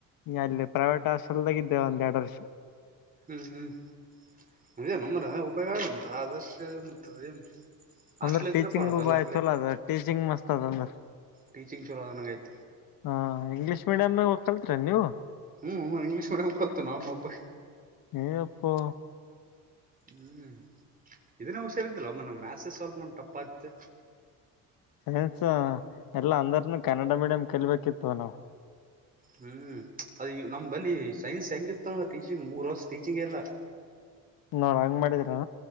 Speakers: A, on the left; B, on the right.
A: ಅಲ್ಲಿ ಪ್ರೈವೇಟ್ ಹಾಸ್ಟಲ್ಗಾ ಇದ್ದೆ ಒಂದ್ ಎರಡ್ ವರ್ಷ.
B: ಹ್ಮ್ ಹ್ಮ್ ನಮ್ಮ್ರ ಉಪಯೋಗ ಆಗಿಲ್ಲ ಮತ್ತ ಆದರ್ಶ ಮತ್ತೆ ಅದ ಏನ್. ಹಾಸ್ಟೆಲ್
A: ಅಂದ್ರೆ
B: ಇದ್ರೆ
A: ಟೀಚಿಂಗ
B: ಪಾಡಪ್ಪ ಎಲ್ಲಾ
A: ಬ
B: ಕಡೆ
A: ಚಲ ಅದ ಟೀಚಿಂಗ್ ಮಸ್ತ್ ಅದ ಅಂದ್ರ
B: ಟೀಚಿಂಗ್ ಚಲೋ ಆದಂಗ ಆಯ್ತು
A: ಹ್ಮ್ ಇಂಗ್ಲಿಷ್ ಮೇಡಂ ನಗ ಕಲ್ತ್ರ ಏನ್ ನೀವು.
B: ಹ್ಮ್ ಇಂಗ್ಲಿಶ ಮೀಡಿಯಮ್ ಕಲ್ತೀವಿ ನಾವು ಮೊಬ್ಬು
A: ಏ ಎಪ್ಪೋ.
B: ಹ್ಮ್ ಇದನ್ನ ಹುಷಾರಿದಲ್ವಮ್ಮ ಮಾಥ್ಸ್ ನಮಗ ಸ್ವಲ್ಪ ಟಫ್ ಆತಿತ್ತು.
A: ಸೈನ್ಸ್ ಎಲ್ಲಾ ಅಂದರ್ನು ಕನ್ನಡ ಮೀಡಿಯಂ ಕಲಿಬೇಕಿತ್ತು ನಾವು.
B: ಹ್ಮ್ ಅದು ನಮ್ಮ ಬಲ್ಲಿ ಸೈನ್ಸ್ ಹೆಂಗಿತ್ತ ಅಂದ್ರ ಟೀಚಿಂಗ್ ಮೂರು ವರ್ಷ ಟೀಚಿಂಗ ಇಲ್ಲ.
A: <unintelligible> ಹಂಗ್ ಮಾಡಿದರಾ.